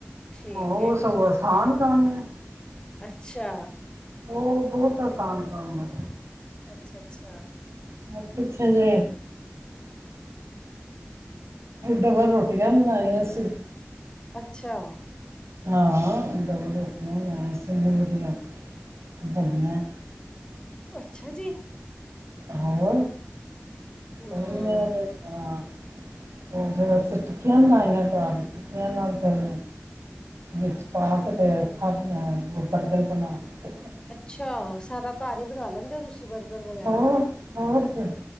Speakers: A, on the left; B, on the right.
A: ਠੀਕ
B: ਉਹ
A: ਹੈ
B: ਸਗੋਂ ਅਸਾਨ ਕਾਮ ਐ।
A: ਅੱਛਾ।
B: ਉ ਬੋਤ ਅਸਾਨ ਕੰਮ ਹੈ।
A: ਅੱਛਾ- ਅੱਛਾ
B: ਮ ਪਿੱਛੇ ਜੇ ਡਵਲ ਰੋਟੀਆਂ ਵੀ ਬਨਾਈਆਂ ਸੀਂ।
A: ਅੱਛਾ।
B: ਹਾਂ, ਡਵਲ ਰੋਟਿਆ ਵੀ ਬਨਾਈਆਂ ਸੀ ਇਨੇ ਵਧੀਆ। ਬਧੀਆਂ
A: ਅੱਛਾ ਜੀ!
B: ਹੋਰ,
A: ਹਮ
B: ਹਾਂ ਔ ਫੇਰ ਅਸੀਂ ਟਿੱਕੀਆਂ ਬਨਾਈਆਂ ਘਰ ਟਿੱਕੀਆਂ ਨਾਲ ਫੇਰ ਵਿੱਚ ਪਾ ਕੇ ਤੇ ਖਾਦੀਆਂ ਔ ਬਰਬਲ ਬਨਾ ਕੇ
A: ਅੱਛਾ, ਸਾਰਾ ਘਰ ਈ ਬਨਾ ਲੈਂਦੇ ਹੋ ਤੁਸੀਂ ਬਰਗਰ ਵਗੈਰਾ
B: ਹੋਰ ਹੋਰ ਫੇਰ